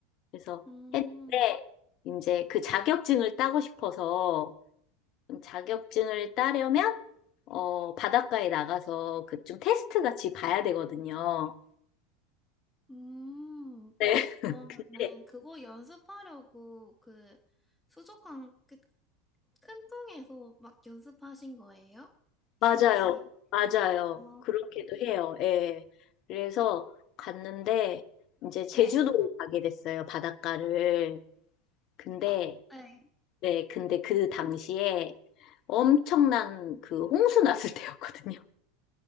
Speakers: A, on the left; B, in the centre.
A: 그래서
B: 음,
A: 했는데 이제 그 자격증을 따고 싶어서 자격증을 따려면 어, 바닷가에 나가서 그 좀 테스트 같이 봐야 되거든요.
B: 음,
A: 네.
B: 그러면은
A: <laughs>
B: 그거 연습하려고 그 수족관 그 큰 통에서 막 연습하신 거예요?
A: 맞아요.
B: 시험 치기.
A: 맞아요.
B: 어,
A: 그렇게도 해요. 예. 그래서 갔는데 이제 제주도로
B: 네.
A: 가게 됐어요. 바닷가를. 근데
B: 어, 네.
A: 네, 근데 그 당시에 엄청난 그 홍수 났을 <laughs> 때였거든요.